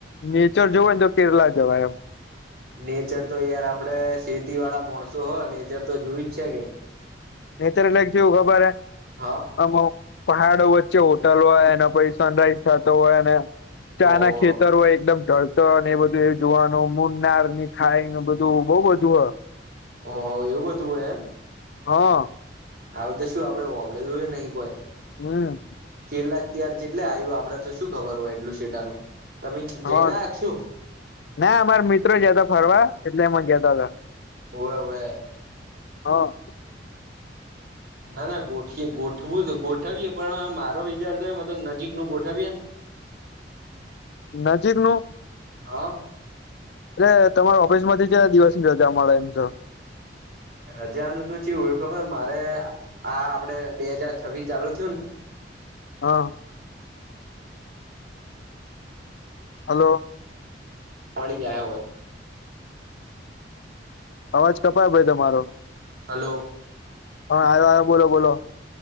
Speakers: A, on the left (about 65°); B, on the right (about 55°).
A: નેચર જોવુ હોય ન તો કેરલા જવાય એમ.
B: નેચર તો યાર આપડે શેતી વાળા માણસો હો નેચર તો જોયુ જ છે કે.
A: નેચર લાઈક ચેવુ ખબર હે.
B: હા
A: આમો પહાડો વચ્ચે હોટલ હોય, એના પહી સનરાઈઝ થાતો હોય ને ચાના
B: ઓહ
A: ખેતર હોય, એકદમ ઢળ ત ને એ બધું એવુ જોવાનું મુનારની ખાઈ ને બધુ બઉ બધું હ.
B: અ એવું બધું હોય એમ?
A: હઅ.
B: આવું તે શું આપડે હોભળેલુય નહી કોઈ
A: હમ.
B: એટલે અત્યાર ચેટલે આયુ આપડે ન તો શું ખબર હોય એટલું સેટાનું તમે જઈ
A: હા
B: ન આયા ક શું?
A: ના, માર મિત્ર જયાતા ફરવા એટલે મન કેતા તા.
B: હોવે હોવે.
A: હન.
B: ના, ના, ગોઠએ ગોઠવું તો ગોઠવીએ પણ મારો વિચાર તો એમ હતો ક નજીકનું ગોઠવીએ ન
A: <inaudible> નજીક નું
B: હઅ.
A: એટલે તમાર ઓફિસમાંથી ક્યા દિવસની રજા મળે એમ શ.
B: રજાનું તો ચેવું હોય ખબર મારે આ આપડે બે હજાર છવી ચાલુ થયું ન
A: હન. હલો.
B: મળી જાય હોય.
A: અવાજ કપાયો ભાઈ તમારો.
B: હલો.
A: હઅ, આયો આયો બોલો બોલો.